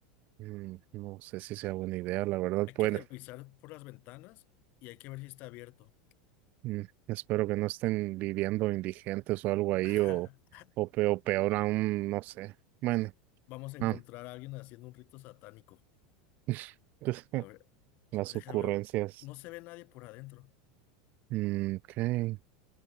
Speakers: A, on the right (about 45°); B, on the left (about 50°).
A: Mm, no sé si sea buena idea, la verdad.
B: Hay
A: Pueden,
B: que revisar por las ventanas y hay que ver si está abierto.
A: mm, espero que no estén viviendo indigentes o algo ahí,
B: <laughs>
A: o, o, pe- o peor aún, no sé. Bueno,
B: Vamos a encontrar
A: ah,
B: a alguien haciendo un rito satánico.
A: <laughs>
B: A ver,
A: las
B: déjame
A: ocurrencias.
B: ver. No se ve nadie por adentro.
A: Mm, ok.